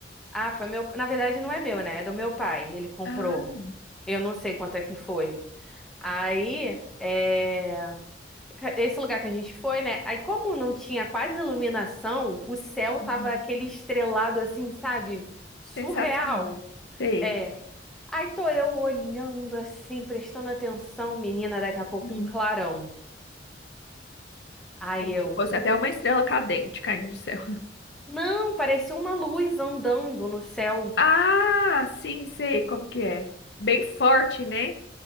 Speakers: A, in the centre; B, on the left.
A: Ah, foi meu. Na verdade, não é meu, né? É do meu pai. Ele comprou.
B: Ah,
A: Eu não sei quanto é que foi. Aí, é. ca- esse lugar que a gente foi, né? Aí, como não tinha quase iluminação, o céu
B: uhum.
A: tava aquele estrelado assim, sabe? Surreal.
B: Sensacional. Sei.
A: É. Aí tô eu olhando assim, prestando atenção, menina, daqui a pouco
B: Uhum.
A: um clarão. Aí
B: Como
A: eu,
B: se fosse até uma estrela cadente caindo do céu.
A: não, parecia uma luz andando no céu.
B: Ah, sim, sei como que é. Bem forte, né?